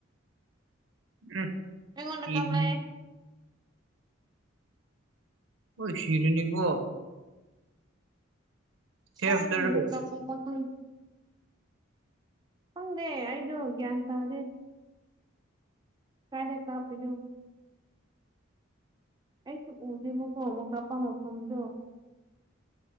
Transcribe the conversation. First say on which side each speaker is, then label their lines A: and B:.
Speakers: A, on the right; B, on the right.
A: ꯎꯝ꯫
B: ꯑꯩꯉꯣꯟꯗ
A: ꯁꯤꯔꯅꯤ
B: ꯇꯝꯃꯦ꯫
A: ꯑꯣ ꯁꯤꯔꯤꯅꯤꯀꯣ꯫ ꯁꯦꯐꯗꯔꯣ
B: ꯁꯔꯤ <unintelligible> <unintelligible> ꯈꯪꯗꯦ ꯑꯩꯗꯨꯒ꯭ꯌꯟ ꯇꯗꯦ꯫ ꯀꯥꯏꯗ ꯀꯥꯞꯄꯤꯅꯣ꯫ ꯑꯩꯁꯨ ꯎꯗꯦꯕꯀꯣ ꯑꯃꯨꯛ ꯀꯥꯞꯄ ꯃꯐꯝꯗꯣ꯫